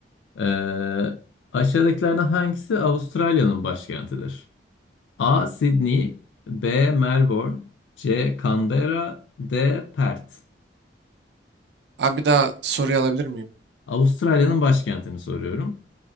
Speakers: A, on the left (about 90°); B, on the right (about 70°).
A: Ee, aşağıdakilerden hangisi Avustralya'nın başkentidir? A. Sydney B. Melbourne C. Canberra D. Perth
B: Abi bir daha soruyu alabilir miyim?
A: Avustralya'nın başkentini soruyorum.